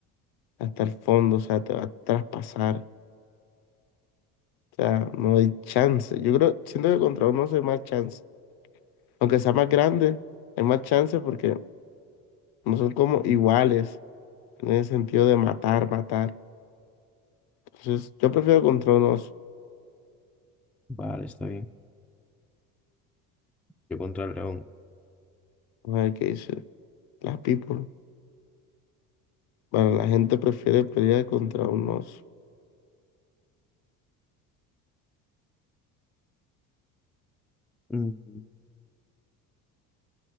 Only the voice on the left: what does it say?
hasta el fondo, o sea, te va a traspasar. O sea, no hay chance. Yo creo, siento que contra unos hay más chance. Aunque sea más grande, hay más chance porque no son como iguales en el sentido de matar, matar. Entonces, yo prefiero contra unos.
Vamos A ver qué dice. Las people. Bueno, la gente prefiere pelear contra unos.